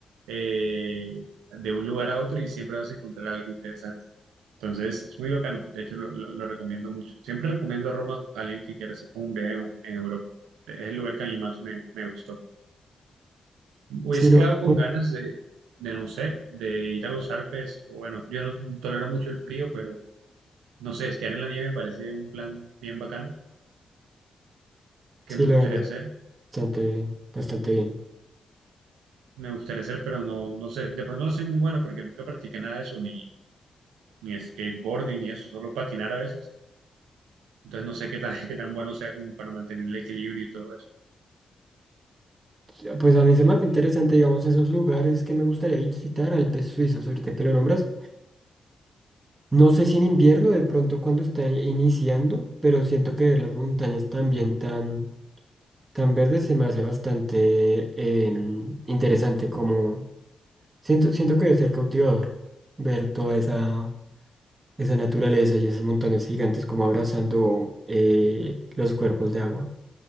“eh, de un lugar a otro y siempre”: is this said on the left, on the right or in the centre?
Right